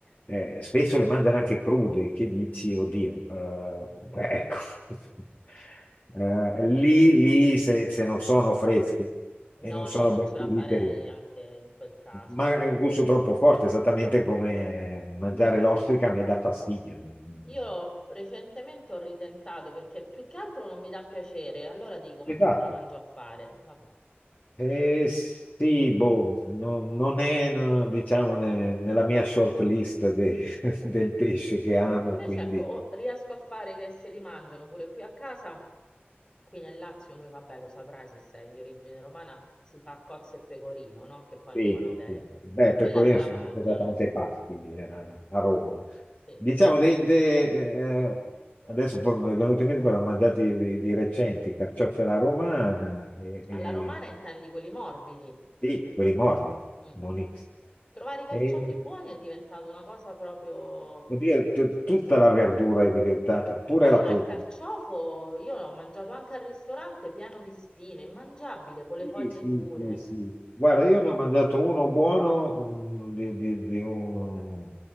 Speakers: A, on the left; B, on the left.
A: eh, spesso le mangiano anche crude, che dici, oddio, eh, ecco, <laughs> Eh, lì, lì se se non sono fresche e
B: No,
A: non sono
B: no, non
A: ben
B: ce
A: pulite
B: la farei anche in quel caso.
A: Ma è un gusto troppo forte, esattamente come mangiare l'ostrica a me dà fastidio. Non-
B: Io recentemente ho ritentato perché più che altro non mi dà piacere, allora dico, ma
A: Esatto.
B: che me la mangio a fare? Vabbè.
A: Eh, sì, boh, no- non è, no, diciamo, ne- nella mia short list de- <laughs> del pesce che amo,
B: Invece
A: quindi
B: ecco, o riesco a fare che se li mangiano pure qui a casa, qui nel Lazio, noi vabbè, lo saprai se sei di origine romana, si fa cozze e pecorino, no? Che poi
A: sì,
B: è un po' una... ve-
A: sì.
B: una-
A: Beh, il
B: Quella
A: pecorino
B: se la
A: sono
B: mangiano,
A: andato da tante parti eh, a Roma.
B: sì.
A: Diciamo, dei- de- eh, adesso poi mi è venuto in mente, però ho mangiati di, di recenti, carciofi alla romana e,
B: Alla romana intendi quelli morbidi.
A: Sì, quelli morbidi,
B: Mm.
A: buonissimi.
B: Trovare i carciofi
A: E,
B: buoni è diventato una cosa proprio
A: oddio, t- tutta la verdura è diventata, pure
B: Eh,
A: la
B: ma
A: frutta.
B: il carciofo io l'ho mangiato anche al ristorante pieno di spine, immangiabile, con le
A: Sì,
B: foglie
A: sì,
B: dure.
A: sì, sì. Guarda, io ne ho mangiato uno buono mm, di, di- di un,